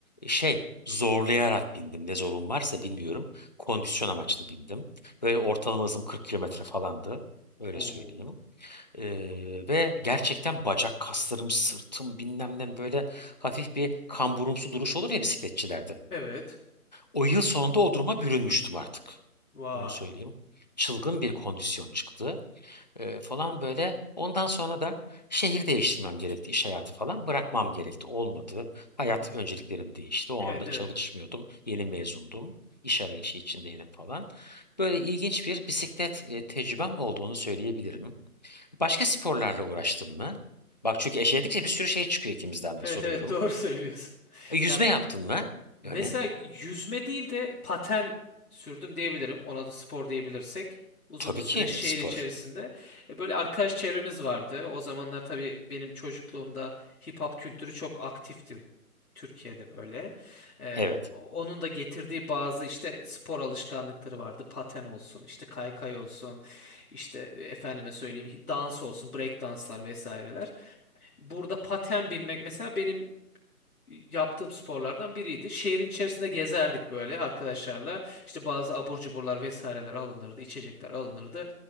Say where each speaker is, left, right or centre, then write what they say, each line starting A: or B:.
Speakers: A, on the left (about 30°); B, on the left (about 75°).
A: şey zorlayarak bindim. Ne zorun varsa bilmiyorum. Kondisyon amaçlı bindim. Böyle ortalama hızım 40 kilometre falandı. Öyle
B: Oo.
A: söyleyeyim. Ee, ve gerçekten bacak kaslarım, sırtım bilmem ne böyle hafif bir kamburumsu duruş olur ya bisikletçilerde.
B: Evet.
A: O yıl sonunda o duruma bürünmüştüm artık.
B: Vay.
A: Onu söyleyeyim. Çılgın bir kondisyon çıktı e, falan böyle. Ondan sonra da şehir değiştirmem gerekti, iş hayatı falan bırakmam gerekti. Olmadı. Hayat
B: Hmm.
A: önceliklerim değişti. O
B: Evet
A: anda
B: evet.
A: çalışmıyordum. Yeni mezundum. İş arayışı içindeydim falan. Böyle ilginç bir bisiklet e, tecrübem olduğunu söyleyebilirim. Başka sporlarla uğraştın mı? Bak çünkü eşeledikçe bir sürü şey çıkıyor ikimizden
B: Evet
A: de soruyorum.
B: evet <laughs> doğru söylüyorsun.
A: E, yüzme
B: Ya
A: yaptın mı?
B: Mesela
A: Yani
B: yüzme değil de paten sürdüm diyebilirim. Ona da spor diyebilirsek. Uzun
A: tabii
B: bir süre
A: ki
B: şehir
A: spor.
B: içerisinde. E, Böyle arkadaş çevremiz vardı. O zamanlar tabii benim çocukluğumda hip hop kültürü çok aktifti Türkiye'de böyle. E,
A: Evet.
B: onun da getirdiği bazı işte spor alışkanlıkları vardı. Paten olsun, işte kaykay olsun, işte e, efendime söyleyeyim dans olsun, break danslar vesaireler. Burada paten binmek mesela benim yaptığım sporlardan biriydi. Şehrin içerisinde gezerdik böyle arkadaşlarla. İşte bazı abur cuburlar vesaireler alınırdı, içecekler alınırdı.